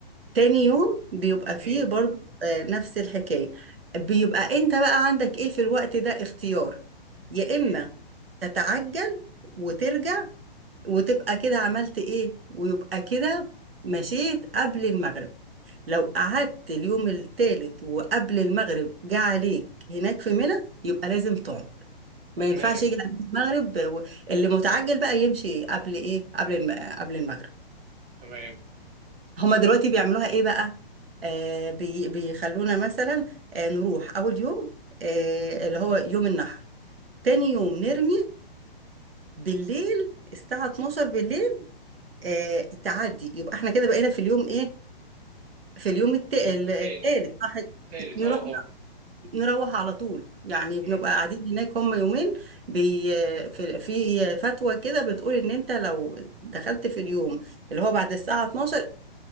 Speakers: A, on the right; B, on the right.
A: تاني يوم بيبقى
B: مم.
A: فيه برضه آه، نفس الحكاية بيبقى انت بقى عندك ايه في الوقت ده اختيار يا اما
B: مم.
A: تتعجل وترجع وتبقى كده عملت ايه ويبقى كده مشيت قبل المغرب لو قعدت اليوم التالت وقبل المغرب جه عليك هناك في منى يبقى لازم تقعد ما
B: تمام
A: ينفعش يجي عليك المغرب و- اللي متعجل بقى يمشي قبل ايه قبل الم... قبل المغرب
B: تمام
A: هما دلوقتي بيعملوها ايه بقى آه بي بيخلونا مثلا آه نروح اول يوم آه اللي هو يوم النحر تاني يوم نرمي بالليل الساعة 12 بالليل آه تعدي يبقى احنا كده بقينا في اليوم ايه في اليوم الت- ال-
B: ال- التاني
A: التالت صح
B: تالت
A: نروح
B: اه اه
A: نروح على طول يعني بنبقى
B: مم.
A: قاعدين هناك هم يومين بي في في فتوى كده بتقول ان انت لو دخلت في اليوم اللي هو بعد الساعة 12